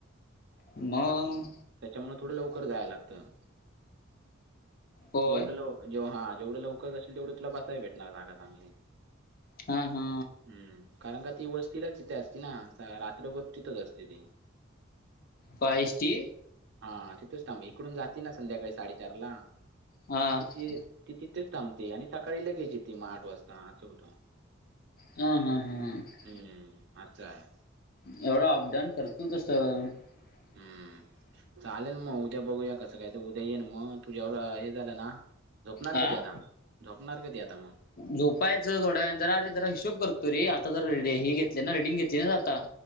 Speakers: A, on the left; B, on the right.
A: मंग.
B: त्याच्यामुळं, थोडं लवकर जायला लागतं.
A: होय
B: जेवढं लव पण जेव्हां हां जेवढे लवकर जाशील, तेवढे तुला बसाय भेटणार जागा चांगली.
A: हा हा
B: हूं.... कारण का ती वस्तीलाच इथे असती ना, रात्रभर तिथंच असते ती.
A: पायसची‌
B: हा, तिथेच थांब. इकडून जाते ना संध्याकाळी साडेचारला,
A: हा हा
B: तिथे ती तिथेच थांबते आणि सकाळी लगेच येती मग आठ वाजता असं होतं.
A: हा.. हा.. हा.
B: हम्म्, अच हाय.
A: एवढं अप-डाऊन करतो कसं? <inaudible>
B: हं. चालेल मग. उद्या बघूया कसं? काय? ते उद्या येईल मग, तुझ्या हे झालं ना झोपणार
A: आ
B: कधी आता? झोपणार कधी आता मग?
A: झोपायचं थोड्या वेळाने, जरा आरे जरा हिशोब करतो रे. आता जरा हे घेतले ना, रिडिंग घेतली ना आता.